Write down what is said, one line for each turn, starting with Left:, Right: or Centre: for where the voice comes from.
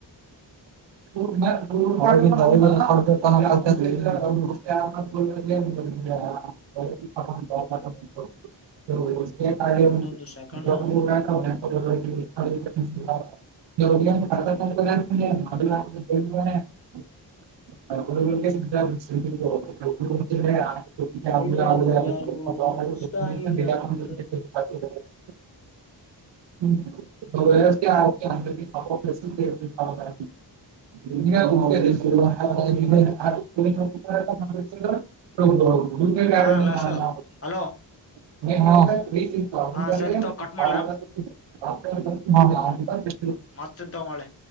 Right: <unintelligible> ಅವಾಗಿಂದ ರೆಕಾರ್ಡ್ <unintelligible>
Left: ಒಂದೊಂದು ಸೆಕೆಂಡ್
Right: <unintelligible> <unintelligible> <inaudible> <unintelligible>
Left: ಒಳ್ಳೇದು ಯಾರಿಗೂ
Right: <unintelligible>
Left: ಇಷ್ಟ ಇಲ್ಲ ಕಣ್ರೀ
Right: <unintelligible> <unintelligible> <unintelligible> <unintelligible>
Left: ಹಾ ಲಾಸ್ಟ ಹಲೋ
Right: <unintelligible>
Left: ಹಾ ಸರಿ ತಗೋ ಕಟ್ ಮಾಡ್ಲಾ ಮಸ್ತ್ ಇದ್ದಂಗವ್ಳೆ